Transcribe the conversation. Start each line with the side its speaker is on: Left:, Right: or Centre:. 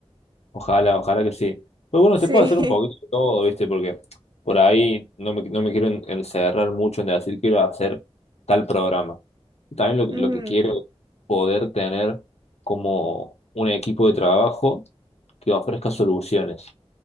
Left: Ojalá, ojalá que sí. Pero bueno,
Right: Sí.
Left: se puede hacer un poquito de todo, ¿viste? Porque por ahí no me, no me quiero en- encerrar mucho en decir quiero hacer tal programa. También lo,
Right: <laughs> Ujú.
Left: lo que quiero es poder tener como un equipo de trabajo que ofrezca soluciones.